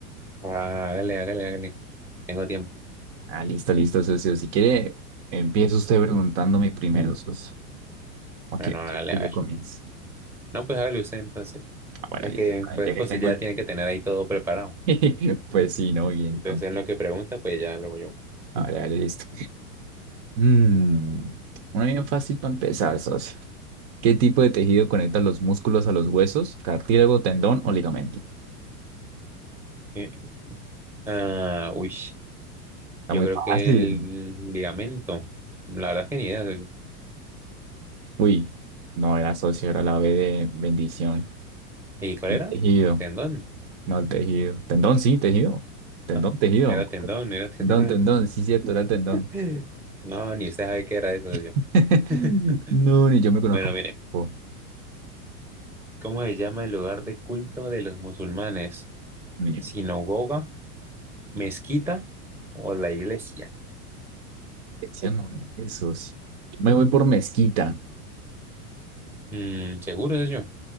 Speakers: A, in the centre; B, on the right.
A: Ah, Hágale, hágale, hágale. Tengo tiempo.
B: Ah, listo, listo, socio. Si quiere, empieza usted preguntándome primero, socio. Ok,
A: Bueno,
B: ok,
A: hágale,
B: que
A: a
B: yo
A: ver.
B: comience.
A: No, pues hágale usted entonces.
B: Ah, Bueno,
A: Es
B: listo.
A: que,
B: Ah,
A: pues,
B: Ya que
A: pues
B: tengo
A: ya tiene que tener ahí todo preparado.
B: el... <laughs> Pues sí, ¿no? Y entonces...
A: Entonces, en lo que pregunta, pues ya lo hago yo.
B: Vale, vale, listo. Mm, una bien fácil para empezar, socio. ¿Qué tipo de tejido conecta los músculos a los huesos, cartílago, tendón o ligamento?
A: <clears throat> Eh, Ah, uy,
B: Está
A: yo
B: muy
A: creo
B: fácil.
A: que el ligamento. La verdad es que ni idea. socio.
B: Uy, no era socio, era la B de bendición.
A: ¿Y cuál era?
B: Tejido,
A: Tendón.
B: no tejido. Tendón, sí, tejido. Tendón,
A: No,
B: tejido.
A: era tendón, era tendón.
B: Tendón, tendón, sí, cierto, era tendón.
A: <laughs> No, ni usted sabe qué era eso yo.
B: <laughs>
A: <laughs>
B: No, ni yo me conozco.
A: Bueno, mire,
B: Oh,
A: ¿cómo se llama el lugar de culto de los musulmanes?
B: ni
A: ¿Sinagoga,
B: yo.
A: mezquita o la iglesia?
B: Decía, no, esos. Me voy por mezquita.
A: Mm, ¿seguro, socio?